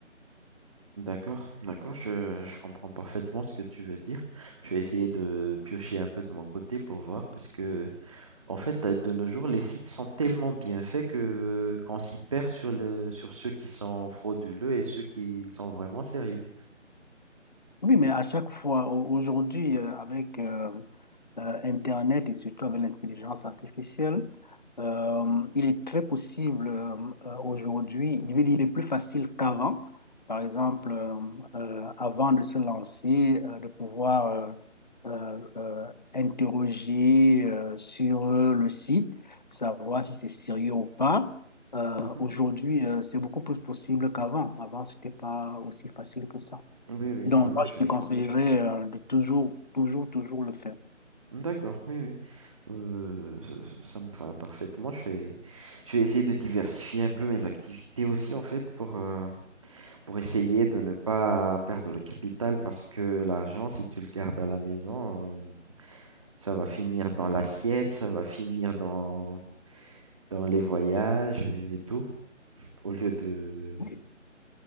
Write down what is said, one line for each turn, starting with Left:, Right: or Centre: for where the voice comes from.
Right: D'accord, d'accord, je, je comprends parfaitement ce que tu veux dire. Je vais essayer de piocher un peu de mon côté pour voir parce que, en fait, euh, de nos jours, les sites sont tellement bien faits que qu'on s'y perd sur le, sur ceux qui sont frauduleux et ceux qui sont vraiment sérieux.
Left: Oui, mais à chaque fois, au- aujourd'hui, euh, avec euh, euh, Internet et surtout avec l'intelligence artificielle, euh, il est très possible euh, euh, aujourd'hui, je veux dire, il est plus facile qu'avant. Par exemple, euh, euh, avant de se lancer, euh, de pouvoir euh, euh, euh, interroger euh, sur euh, le site, savoir si c'est sérieux ou pas. Euh,
Right: Mhm.
Left: aujourd'hui, euh, c'est beaucoup plus possible qu'avant. Avant, c'était pas aussi facile que ça.
Right: Oui, oui,
Left: Donc,
Right: en
Left: moi,
Right: effet.
Left: je te Oui, En effet. conseillerais euh, de toujours, toujours, toujours le faire.
Right: D'accord, oui, oui. Euh, ça, ça me va parfaitement. Je vais, je vais essayer de diversifier un peu mes activités aussi, en fait, pour, euh, pour essayer de ne pas perdre le capital parce que l'argent, si tu le gardes à la maison, euh, ça va finir dans l'assiette, ça va finir dans, dans les voyages et tout, au lieu de,
Left: Oui.